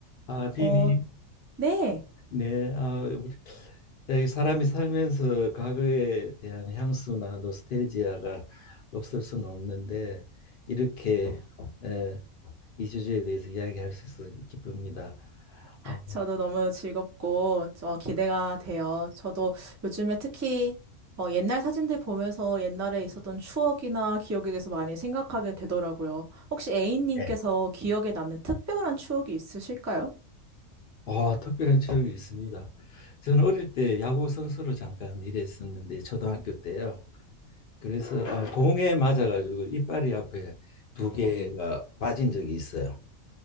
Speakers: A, on the left (about 70°); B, on the right (about 25°).
A: 아, 비니,
B: 어, 네.
A: 네, 아, 우리 에, 사람이 살면서 과거에 대한 향수나 노스텔지아가 없을 수는 없는데 이렇게 에, 이 주제에 대해서 이야기할 수 있어서 기쁩니다. 아,
B: 저도 너무 즐겁고, 저 기대가 돼요. 저도 요즘에 특히, 어, 옛날 사진들 보면서 옛날에 있었던 추억이나 기억에 대해서 많이 생각하게 되더라고요. 혹시 A님께서
A: 네.
B: 기억에 남는 특별한 추억이 있으실까요?
A: 아, 특별한 추억이 있습니다. 저는 어릴 때 야구 선수로 잠깐 일했었는데 초등학교 때요. 그래서 아, 공에 맞아가지고 이빨이 앞에 두 개가 빠진 적이 있어요.